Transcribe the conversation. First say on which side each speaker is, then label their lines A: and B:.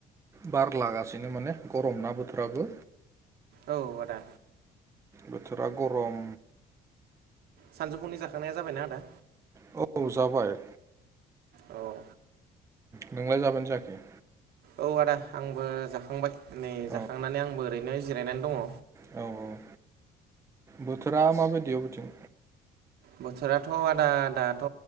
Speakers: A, on the right; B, on the right.
A: बारलागासिनो माने गरम ना बोथोराबो
B: औ आदा
A: बोथोरा गरम
B: सानजौफुंनि जाखांनाया जाबायना आदा
A: औ जाबाय
B: औ
A: नोंलाय जाबायानो जायाखै
B: औ आदा आंबो जाखांबाय नै जाखांनानै
A: औ
B: आंबो ओरैनो जिरायनानै दङ
A: औ औ बोथोरा माबायदि अबेथिं
B: बोथोराथ' आदा दाथ'